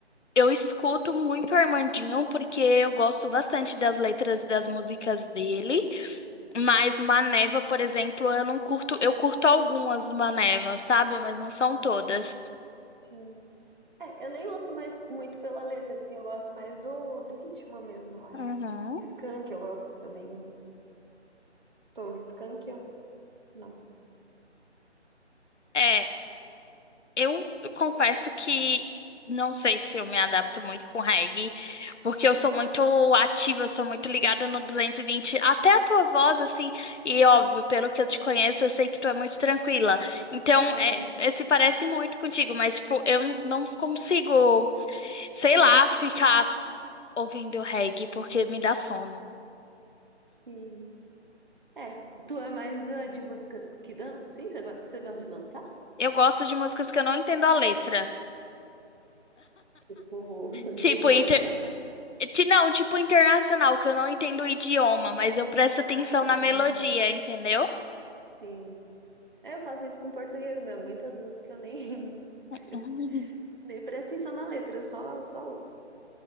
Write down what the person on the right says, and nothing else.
Sim. É, eu nem ouço mais muito pela letra, assim, eu gosto mais do, do ritmo mesmo, eu acho.
Skank eu gosto também. Tô, Skank eu... Não.
Aham,
sim. É, tu é mais da- de música que dança, sim? Você go- você gosta de dançar?
Tipo, <laughs>
Legião
Urbana?
Ah, entendi.
Sim. É, Eu faço isso com português mesmo. Muitas músicas eu nem,
<laughs> nem presto atenção na letra, eu só, só ouço.